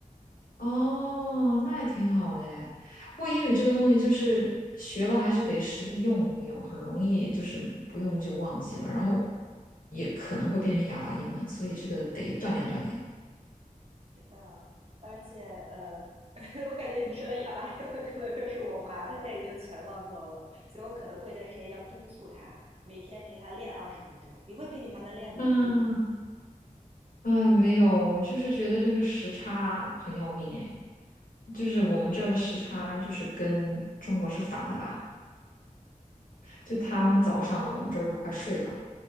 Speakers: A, on the left; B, on the right.
A: 哦，那也挺好的哎。不过英语这个东西就是学了还是得实地用一用，很容易就是不用就忘记了，然后也可能会变成哑巴英文，所以这个得锻炼锻炼。
B: 是的，而且呃，<laughs> 我感觉你说的亚麻的可能就是我妈，她现在已经全忘光了，所以我可能过一段时间要督促她，每天陪她练二十分钟。你会陪你妈妈练吗？
A: 嗯嗯，没有，我就是觉得那个时差很要命哎，就是我们这儿的时差就是跟中国是反的吧？就他们早上我们这儿就快睡了，